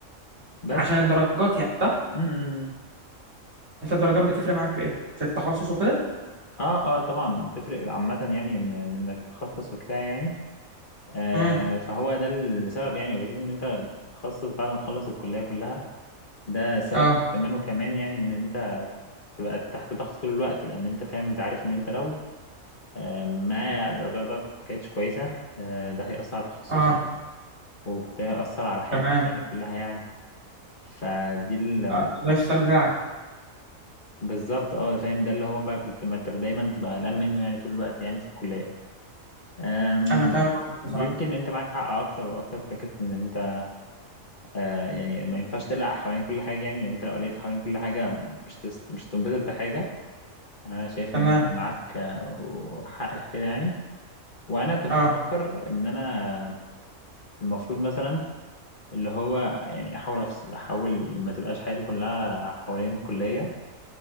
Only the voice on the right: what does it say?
عشان الدرجات يعني صح
انت الدرجات بتفرق معاك في ايه في التخصص وكده
امم
اه
اه
تمام
آه، اللايف ستايل بتاعك
انا فاهم قصدك بصراحه
تمام
اه